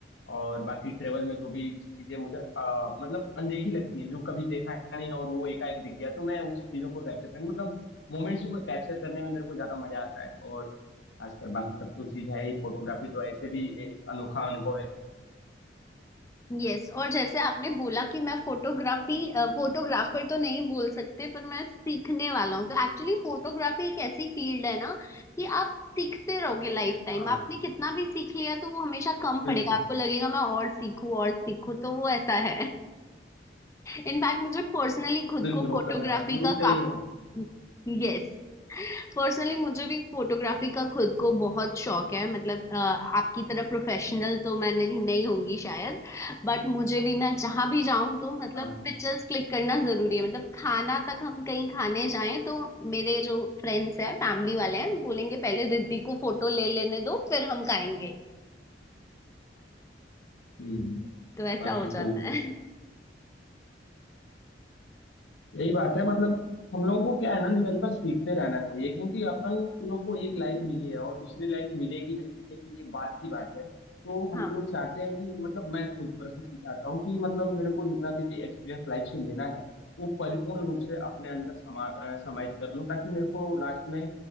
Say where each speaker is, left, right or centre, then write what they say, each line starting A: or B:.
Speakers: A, on the left; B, on the left.
A: और बाकी ट्रेवल में जो भी चीजें मुझे अ, मतलब अनदेखी लगती हैं जो कभी देखा नहीं और वो एकाएक दिख गया तो मैं उस चीजों को कैप्चर करने मतलब मोमेंट्स को कैप्चर करने में मेरे को ज्यादा मजा आता है और खासकर बाकी सब तो चीज है ही फोटोग्राफी तो ऐसे भी एक अनोखा अनुभव है
B: यस और जैसे आपने बोला कि मैं फोटोग्राफी फोटोग्राफर तो नहीं बोल सकते पर मैं सीखने वाला हूँ तो एक्चुअली फोटोग्राफी एक ऐसी फील्ड है ना कि आप सीखते रहोगे लाइफ टाइम
A: हाँ हाँ,
B: आपने कितना भी सीख लिया तो वो हमेशा कम
A: बिल्कुल
B: पड़ेगा आपको लगेगा मैं और सीखूं और सीखूं तो वो ऐसा है इनफैक्ट मुझे पर्सनली खुद
A: बिल्कुल
B: को
A: होता
B: फोटोग्राफी
A: है और शुरू
B: का
A: से
B: काफी
A: ही है
B: यस पर्सनली मुझे भी फोटोग्राफी का खुद को बहुत शौक है मतलब अ, आपकी तरह प्रोफेशनल तो मैं नहीं, नहीं होंगी शायद बट मुझे भी मैं जहां भी जाऊं तो मतलब
A: हाँ हाँ।
B: पिक्चर्स क्लिक करना जरूरी है मतलब खाना तक हम कहीं खाने जाएं तो मेरे जो फ्रेंड्स हैं फैमिली वाले हैं बोलेंगे पहले रिद्धि को फोटो ले लेने दो फिर हम खाएंगे
A: हम्म
B: तो ऐसा
A: बाकी
B: हो जाता
A: तो
B: है <laughs>
A: यही बात है मतलब हम लोगों को क्या है ना निरंतर सीखते रहना चाहिए क्योंकि अपन लोग को एक लाइफ मिली है और दूसरी लाइफ मिलेगी नहीं मिलेगी ये बात की बात है तो
B: हाँ
A: हम लोग चाहते हैं कि मतलब मैं खुद पर्सनली चाहता हूँ कि मतलब मेरे को जितना भी एक्सपीरियंस लाइफ से लेना है वो परिपूर्ण रूप से अपने अंदर समा अ, समाहित कर लूँ ताकि मेरे को लास्ट में